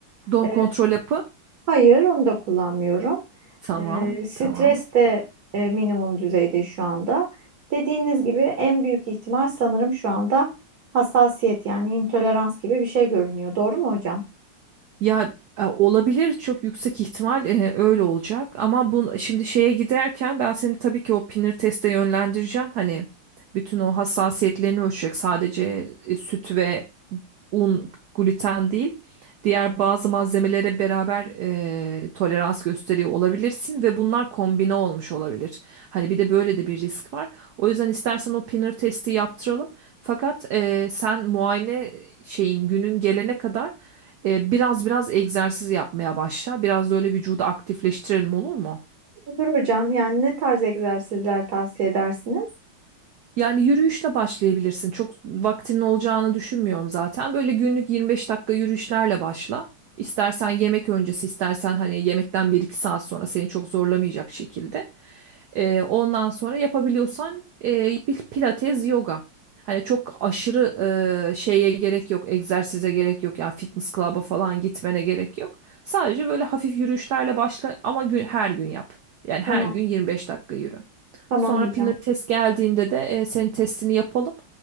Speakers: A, on the right; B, on the right.
A: Doğum
B: Ee,
A: kontrol yapı.
B: Hayır, onu da kullanmıyorum.
A: Tamam,
B: Ee, stres
A: tamam.
B: de e, minimum düzeyde şu anda. Dediğiniz gibi en büyük ihtimal sanırım şu anda hassasiyet yani intolerans gibi bir şey görünüyor. Doğru mu hocam?
A: Ya e, olabilir çok yüksek ihtimal e, öyle olacak ama bu şimdi şeye giderken ben seni tabii ki o pinir teste yönlendireceğim. Hani bütün o hassasiyetlerini ölçecek sadece e, süt ve un gluten değil. Diğer bazı malzemelere beraber e, tolerans gösteriyor olabilirsin ve bunlar kombine olmuş olabilir. Hani bir de böyle de bir risk var. O yüzden istersen o pinir testi yaptıralım. Fakat e, sen muayene şeyin günün gelene kadar e, biraz biraz egzersiz yapmaya başla. Biraz da öyle vücudu aktifleştirelim olur mu?
B: Olur hocam. Yani ne tarz egzersizler tavsiye edersiniz?
A: Yani yürüyüşle başlayabilirsin. Çok vaktinin olacağını düşünmüyorum zaten. Böyle günlük 25 dakika yürüyüşlerle başla. İstersen yemek öncesi, istersen hani yemekten bir iki saat sonra seni çok zorlamayacak şekilde. Ee, ondan sonra yapabiliyorsan e, bir pilates, yoga. Hani çok aşırı e, şeye gerek yok, egzersize gerek yok. Yani fitness club'a falan gitmene gerek yok. Sadece böyle hafif yürüyüşlerle başla ama gü- her gün yap. Yani her
B: Tamam.
A: gün 25 dakika yürü.
B: Tamam
A: Sonra
B: hocam.
A: pinner test geldiğinde de e, senin testini yapalım.